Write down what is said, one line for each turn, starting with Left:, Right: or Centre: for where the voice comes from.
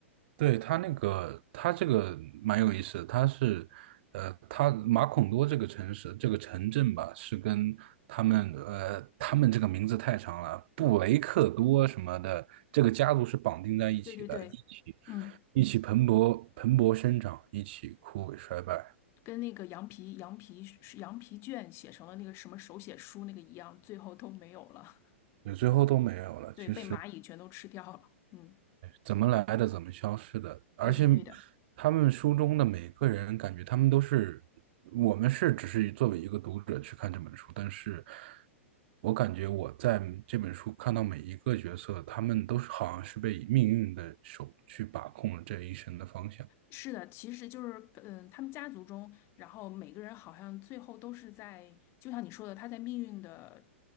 Right: 对，他那个，他这个蛮有意思的，他是，呃，他马孔多这个城市，这个城镇吧，是跟他们，呃，他们这个名字太长了，布雷克多什么的，这个家族是绑定在一起的，
Left: 对对对，
Right: 一起，
Left: 嗯，
Right: 一起蓬勃蓬勃生长，一起枯萎衰败，
Left: 跟那个羊皮羊皮是羊皮卷写成了那个什么手写书那个一样，最后都没有了，
Right: 对，最后都没有了。
Left: <laughs> 对，
Right: 其实
Left: 被蚂蚁全都吃掉了。嗯，
Right: 怎么来的，怎么消失的。而且，
Left: 对的对的。
Right: 他们书中的每个人，感觉他们都是，我们是只是作为一个读者去看这本书，但是我感觉我在这本书看到每一个角色，他们都是好像是被命运的手去把控了这一生的方向。
Left: 是的，其实就是，嗯，他们家族中，然后每个人好像最后都是在，就像你说的，他在命运的